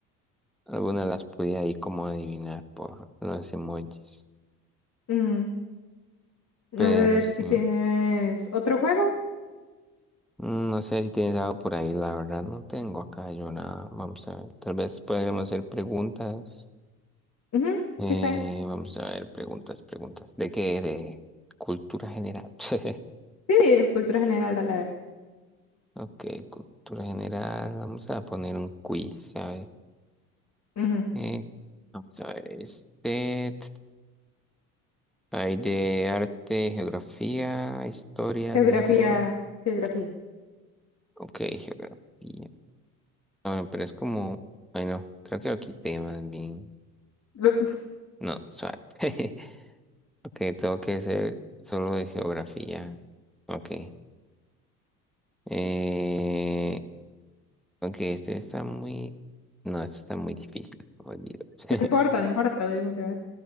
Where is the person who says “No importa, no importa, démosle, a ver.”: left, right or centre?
Left